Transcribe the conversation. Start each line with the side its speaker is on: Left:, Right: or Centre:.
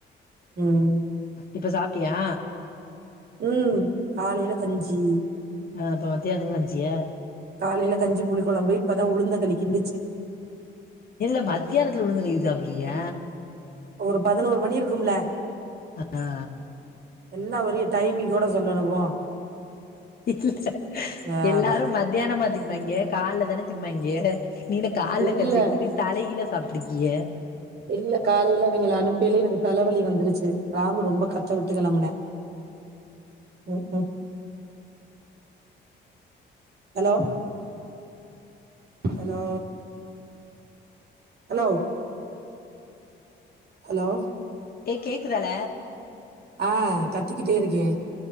Right: ம்
Left: இப்ப சாப்டியா
Right: ம் காலைல கஞ்சி
Left: அ அப்ப மத்தியான்துக்கு கஞ்சியா
Right: காலைல கஞ்சி புளி கொழம்பு இப்பதா உளுந்தங்களி கிண்டுச்சு
Left: இல்ல மத்தியானத்துல உளுந்தங்களி சாப்புட்றிய
Right: ஒரு பதினோரு மணி இருக்கும்ல
Left: அ அ
Right: எல்லா வரிய டைமிங்கோட சொல்லனுமோ
Left: இல்ல
Right: ஆ
Left: எல்லாரு
Right: அவ
Left: மத்யானமா திம்பாங்கெ கால்ல தான திம்பாங்கெ நீ இன்ன கால்ல
Right: இல்ல
Left: கஞ்சிய குடுச்சு தலகீல சாப்ட்ருக்கிய
Right: இல்ல காலைல அவெங்கெள அனுப்பைலே எனக்கு தலவலி வந்துருச்சு ராமு ரொம்ப கத்தவிட்டு கெளம்புனெ ம்கு அலோ அலோ அலோ ஹலோ
Left: ஏ கேக்குதால
Right: ஆ கத்திக்கிட்டே இருக்கே